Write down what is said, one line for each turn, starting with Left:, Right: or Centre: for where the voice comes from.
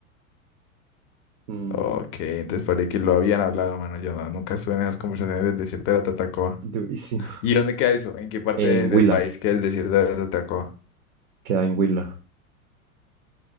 Right: Mm,
Left: Ok, entonces parece que lo habían hablado, mano. Yo no, nunca estuve en esas conversaciones del desierto de la Tatacoa.
Right: durísimo.
Left: ¿Y dónde queda eso? ¿En qué parte
Right: En
Left: del
Right: Huila,
Left: país queda el desierto de la Tatacoa?
Right: queda en Huila.